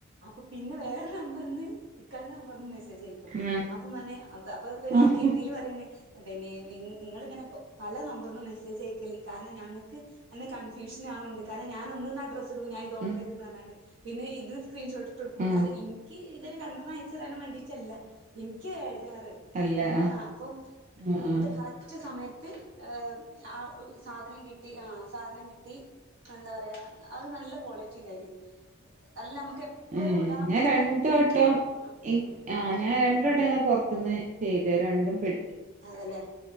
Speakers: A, on the right (about 60°); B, on the right (about 35°).
A: അപ്പൊ പിന്നെ വേറെ നമ്പർൽന്ന് ഇക്കന്റെ നമ്പർ നിന്ന് മെസ്സേജ്
B: ആഹ്
A: അപ്പൊ മന്നെ അപ്പൊ
B: ആഹ്
A: ഇത് ഇന്പറയണ്ടേ അതെ ന്നെ നിങ്ങള ഇങ്ങനെ പല നമ്പറിന്നും മെസ്സേജ് അയക്കല്ലേ കാരണം ഞങ്ങ ക്ക് കൺഫ്യൂഷൻ ആവണ്ട് കാര ഞാന ഒന്നും ആഹ്ഡ്രസ്സ് ഇവിടുന്നു ഞാൻ ഇത് ഓർഡർ
B: ഉം
A: പിന്നെ ഇത് സ്ക്രീൻഷോട്ട് ഇട്ടു കൊടുക്കും
B: ആഹ്
A: കാര്യം ഇനിക്ക് ഇതൊരു രണ്ടെണ്ണം അയച്ചുതരാൻ വേണ്ടീട്ടല്ല എനിക്ക് ക്കാറ്
B: അല്ല ആഹ്
A: ആ അപ്പം
B: ആഹ് ആഹ്
A: കറക്റ്റ് സമയത്ത് <unintelligible> സാധനം കിട്ടി ആ സാധനം കിട്ടി എന്താ പറയാ അത് നല്ല ക്വാളിറ്റി ഉണ്ടായിന് നല്ല എപ്പഴും
B: ഏഹ്
A: ഇടാൻ
B: ഞാൻ
A: പറ്റണേ
B: രണ്ടുവട്ടം
A: ആ
B: ഇആ ഞാൻ രണ്ടു വട്ടം ഇങ്ങനെ പുറത്തുന്ന് ചെയ്ത് രണ്ടും പോയി
A: അതേല്ലേ